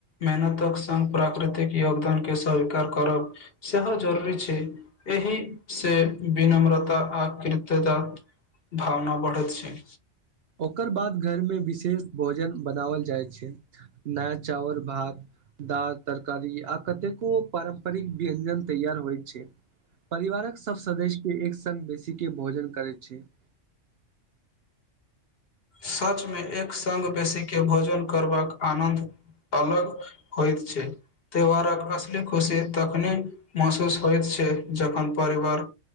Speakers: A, on the left; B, on the right.
A: मेहनतक संग प्राकृतिक यो दान के स्वीकार करब सेहो जरूरी छै एहि से विनम्रता आ कृतता भावना बढ़ैत छै
B: ओकर बाद घरमे विशे शेष भोजन बनावल जाइ छै नया चावल भात दाल तरकारी आ कतेको पारम्परिक व्यञ्जन तैयार होइ छै परिवारक सभ सदस्यके एक संग बेसीे के भोजन करै छै <inaudible>
A: सचमे एक संग बेसीके भोजन करबाक आनन्द अलग होइत छै त्यौहारक असली खुशी तखने महसूस होइत छै जखन परिवार